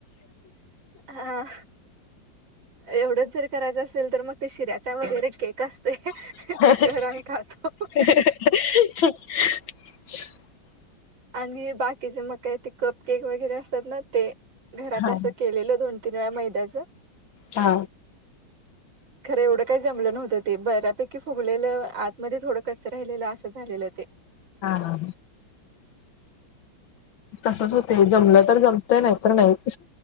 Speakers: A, on the right (about 80°); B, on the left (about 75°).
A: हा एवढंच जर करायचं असेल तर मग ते शिऱ्याच्या वैगरे केक असते.
B: <unintelligible>
A: तो करून खातो. आणि बाकीचे मग काही ते कप केक वगैरे असतात ना ते घरात
B: हा
A: असं केलेलं दोन बिना मैदाचे
B: हा
A: खरं एवढं काही जमलं नव्हतं ते बऱ्यापैकी फुगलेलं आत मध्ये थोडं, कच्च राहिलेलं असं झालेलं ते,
B: हा. तसच होते जमलं तर जमत नाही तर नाही